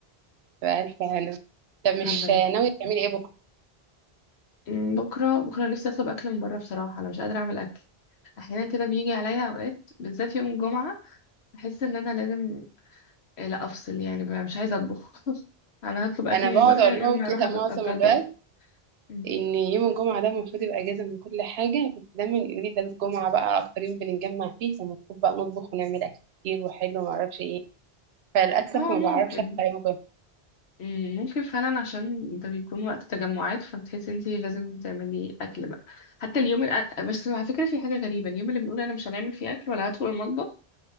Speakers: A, on the right; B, on the left.
A: بألف هلا طب مش
B: الله
A: ناوية تعملي ايه بكرة؟
B: أمم، بكرة بكرة نفسي أطلب أكل من بره بصراحة أنا مش قادرة أعمل أكل أحيانا كده بيجي عليا أوقات بالذات يوم الجمعة أحس إن أنا لازم آه، لا أفصل يعني بقى مش عايزة أطبخ <laughs> أنا هطلب أكل
A: انا
B: من
A: بقعد
B: بره
A: اقول
B: يا
A: لهم
B: إما
A: كده
B: أروح أت-
A: معظم
B: أتغدى
A: الوقت
B: بره أمم.
A: ان يوم الجمعة ده المفروض يبقى اجازة من كل حاجة بس دايما يقولوا لي ده الجمعة بقى اكتر يوم بنتجمع فيه فالمفروض بقى نطبخ ونعمل اكل كتير وحلو ومعرفش ايه فللأسف
B: هو
A: ما
B: ممكن
A: بعرفش اطلع يوم الجمعة
B: أمم، ممكن فعلا عشان ده بيكون وقت تجمعات فبتحسي انتي لازم تعملي أكل بقى حتى اليوم الأ... بس على فكرة في حاجة غريبة اليوم اللي بنقول أنا مش هنعمل فيه أكل ولا هدخل المطبخ